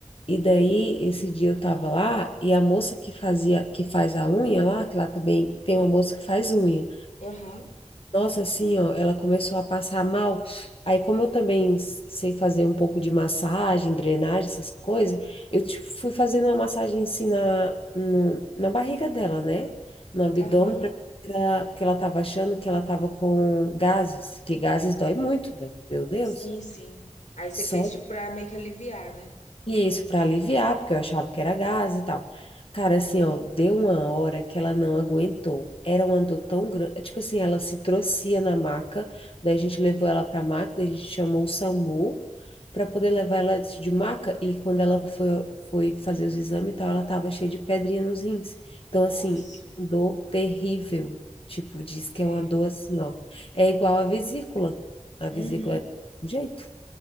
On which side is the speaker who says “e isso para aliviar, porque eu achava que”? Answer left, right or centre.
Left